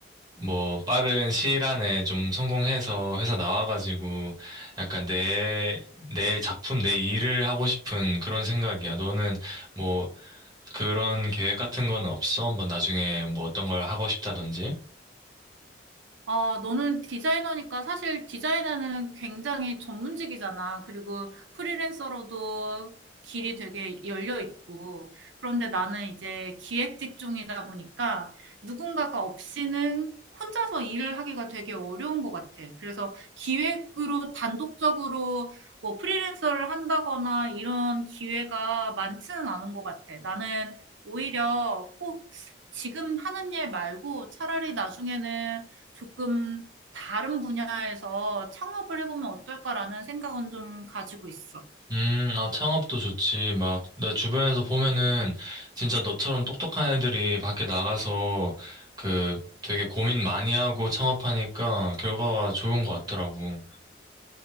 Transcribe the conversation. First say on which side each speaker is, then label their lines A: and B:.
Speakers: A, on the right (about 20°); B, on the right (about 85°).
A: 뭐 빠른 시일 안에 좀 성공해서 회사 나와가지고 약간 내 내 작품 내 일을 하고 싶은 그런 생각이야. 너는 뭐 그런 계획 같은 건 없어? 뭐 나중에 뭐 어떤 걸 하고 싶다든지?
B: 아, 너는 디자이너니까 사실 디자이너는 굉장히 전문직이잖아. 그리고 프리랜서로도 길이 되게 열려 있고. 그런데 나는 이제 기획 직종이다 보니까 누군가가 없이는 혼자서 일을 하기가 되게 어려운 것 같아. 그래서 기획으로 단독적으로 뭐 프리랜서를 한다거나 이런 기회가 많지는 않은 것 같아. 나는 오히려 꼭 지금 하는 일 말고 차라리 나중에는 조금 다른 분야에서 창업을 해보면 어떨까라는 생각은 좀 가지고 있어.
A: 음, 아, 창업도 좋지. 막, 내 주변에서 보면은, 진짜 너처럼 똑똑한 애들이 밖에 나가서, 그, 되게 고민 많이 하고 창업하니까 결과가 좋은 것 같더라고.